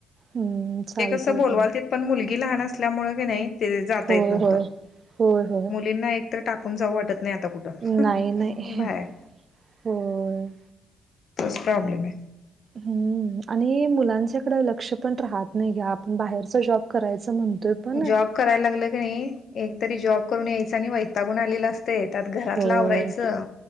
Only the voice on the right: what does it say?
हम्म. चालतंय
की.
होय,
होय. होय, होय.
नाही, नाही.
होय.
हम्म आणि मुलांच्याकडे लक्ष पण राहत नाय या आपण बाहेरचा जॉब करायचं म्हणतोय. पण
होय,